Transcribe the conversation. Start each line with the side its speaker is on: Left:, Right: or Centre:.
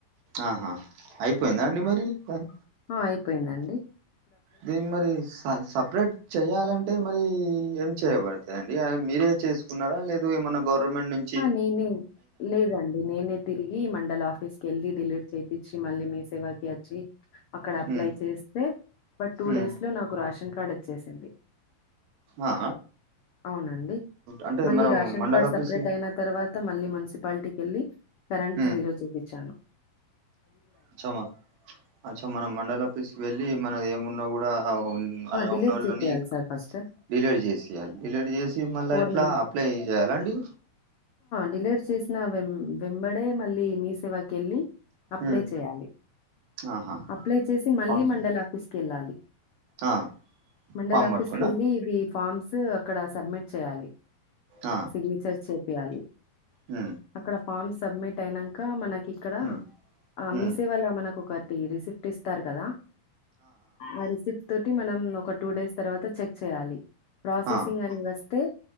Right: ఆహా అయిపోయిందా
Left: ఉమ్.
Right: అండి మరి దాన్
Left: ఆ అయిపొయిందండి.
Right: దిమ్మరీస్ ఆ సపరేట్ చేయాలంటే మరి ఏం చేయబడతదండి ఆ మీరే చేస్ కున్నారా లేదు ఏమన్న గవర్నమెంట్ నుం
Left: హ నేనే లేదండి నేనే తిరిగి మండల ఆఫీస్కెళ్ళి డిలీట్ చేపిచ్చి మళ్ళీ మీ సేవాకి అచ్చి అక్ క్కడ అప్లై
Right: ఉమ్
Left: చేస్తే బట్ టూ
Right: ఉమ్
Left: డేస్లో నాకు రాషన్ కార్డ్ అచ్చేసింది.
Right: ఆ
Left: అవునండి
Right: అంటే
Left: మళ్ళీ
Right: మనం
Left: రాషన్
Right: మండల
Left: కార్డ్
Right: ఆఫీస్కి
Left: సప్ అయిన తర్వాత మళ్ళీ మున్సిపాలిటీకెల్లి కరెంట్
Right: ఉమ్
Left: జీరో చూపిచ్చాను.
Right: అచ్చమ అచ్చ మన మండల్ ఆఫీస్కి వెళ్ళి మనద్ ఏమున్నా గుడా ఉన్ అల్ల
Left: డిలీట్
Right: ఉన్నోళ్ళనీక్
Left: చేపియాలి సార్ ఫస్ట్
Right: డిలీట్ చేసేయాల్ డిలీట్ చేసి మళ్ళ
Left: ఫోర్
Right: ఎట్ల అప్లై చేయాలండి.
Left: డిలెట్ చేసిన వెం వెంబడే మళ్ళీ మీ సేవాకెళ్ళి అప్లై
Right: ఉమ్
Left: చేయాలి
Right: ఆహా
Left: అప్లై చేసి మళ్ళీ
Right: ఫామ్
Left: మండలాఫీస్ కెళ్ళాలి.
Right: ఆ
Left: మండల్
Right: ఫామ్
Left: ఆఫీస్కెళ్లి
Right: పట్టుకున్నా
Left: ఇవి ఫామ్స్ అక్కడ సబ్మిట్ చేయాలి.
Right: ఆ
Left: సిగ్నేచర్ చేపీయాలి.
Right: హ్
Left: అక్కడ ఫామ్ సబ్మిట్ అయినంక మనక్ ఇక్కడ
Right: ఉమ్
Left: ఆ మీసేవాల
Right: ఉమ్
Left: మనకొక టి రిసిప్ట్ ఇస్తార్ కదా ఆ రిసిప్ తోటి మనం ఒక టూ డేస్ తర్వాత చెక్ చేయాలి ప్రాసెసింగ్
Right: ఆ
Left: అని వస్తే